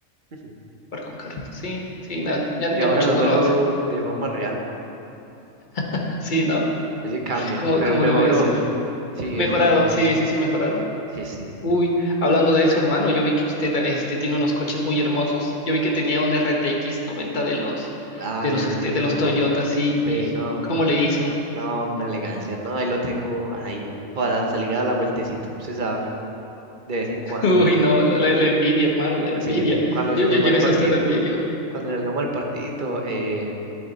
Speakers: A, on the right (about 40°); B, on the left (about 35°).
A: <laughs>
B: Jugar con carritos. Sí, sí, nada,
A: Ya-
B: ya,
A: Yo
B: ya
A: ahora
B: muchos
A: lo
B: no
A: juego
B: lo hacen.
A: de forma real.
B: <laughs> Sí, ¿no?
A: Ese cambia,
B: Como,
A: pero
B: como
A: mejoró.
B: debe de ser.
A: Sí,
B: Mejoraron,
A: ese mejoró.
B: sí, sí, sí, mejoraron.
A: Sí, sí.
B: Uy, hablando de eso, hermano, yo vi que usted este, tiene unos coches muy hermosos. Yo vi que tenía un RTX noventa de los,
A: Ah,
B: de
A: de
B: los,
A: los
B: este,
A: viejitos.
B: de los Toyota, sí.
A: Sí, no,
B: ¿Cómo
A: ja,
B: le hizo?
A: no, una elegancia. No, ahí lo tengo ahí para salir a la vueltecita, se sabe, de vez en cuando.
B: Uy, no, la, la- la envidia, hermano,
A: Cu-
B: la envidia.
A: Sí, cuando
B: Yo,
A: salgamos
B: yo, yo
A: al
B: en eso
A: partidito,
B: a usted lo envidio.
A: cuando salgamos al partidito, eh,